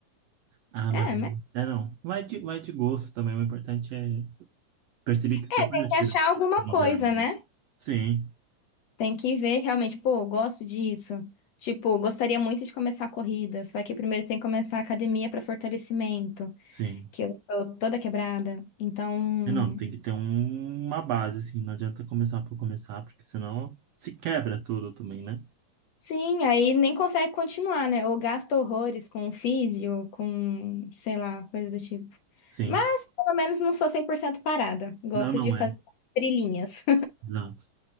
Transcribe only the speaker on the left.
É,
mas
é,
tem
que
achar alguma
coisa,
né?
Tem que ver realmente, pô, eu gosto disso. Tipo, gostaria muito de começar a corrida, só que primeiro tem que começar a academia para fortalecimento,
que eu tô toda quebrada. Então,
Sim, aí nem consegue continuar, né? Ou gasta horrores com físio, com, sei lá, coisa do tipo.
Mas,
pelo menos, não sou 100% parada. Gosto
de fazer
trilhinhas.